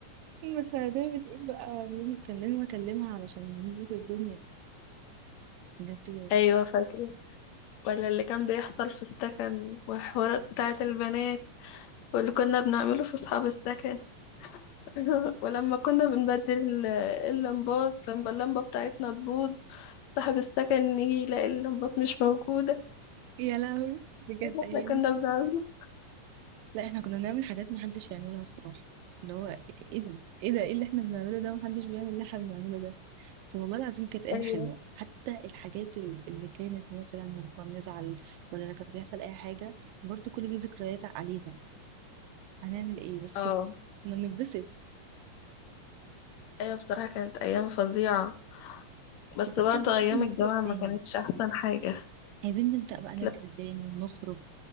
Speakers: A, on the right; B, on the left.
A: بس هنعمل إيه بقى لازم- كان لازم أكلمها علشان نظبط الدنيا بجد
B: ايوه فاكره ولا اللي كان بيحصل في السكن والحوارات بتاعه البنات واللي كنا بنعمله في اصحاب السكن <laughs> ولما كنا بنبدل ال- اللمبات لما اللمبه بتاعتنا تبوظ صاحب السكن يجي يلاقي اللمبات مش موجوده
A: يا لهوي بجد
B: إيه اللي
A: أيام
B: احنا كنا بنعمله
A: لا احنا كنا بنعمل حاجات محدش يعملها الصراحة اللي هو ايه ده ايه ده ايه اللي احنا بنعمله ده محدش بيعمل اللي احنا بنعمله ده بس والله العظيم كانت ايام
B: ايوه
A: حلوة حتى الحاجات ال- اللي كانت مثلا لما كنا بنزعل ولا لما كان بيحصل اي حاجة برضو كل دي ذكريات علينا هنعمل ايه بس
B: اه
A: كنت كنا بنتبسط
B: ايوه بصراحه كانت ايام فظيعه بس
A: بجد
B: برضه
A: احنا
B: ايام
A: لازم
B: الجامعه
A: نخرج
B: ما
A: تاني
B: كانتش احسن حاجه
A: عايزين نبدأ بقى نرجع
B: لا
A: تاني ونخرج